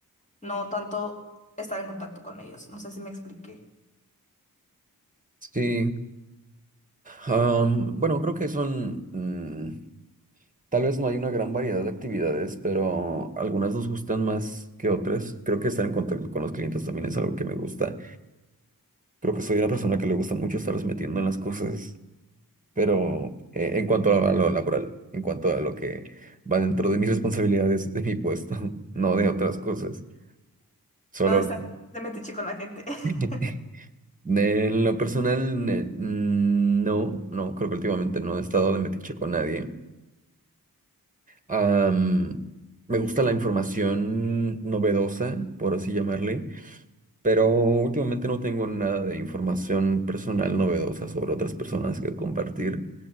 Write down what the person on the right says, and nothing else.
Sí. Am, bueno, creo que son mm, Tal vez no hay una gran variedad de actividades, pero algunas nos gustan más que otras. Creo que estar en contacto con los clientes también es algo que me gusta. Creo que soy una persona que le gusta mucho estarlos metiendo en las cosas, pero eh, en cuanto a lo laboral, en cuanto a lo que va dentro de mis <laughs> responsabilidades, de mi puesto, <laughs> no de otras cosas. Solo
<laughs> de lo personal, ne- mm, no, no, creo que últimamente no he estado de metiche con nadie. Am, me gusta la información novedosa, por así llamarle, pero últimamente no tengo nada de información personal novedosa sobre otras personas que compartir.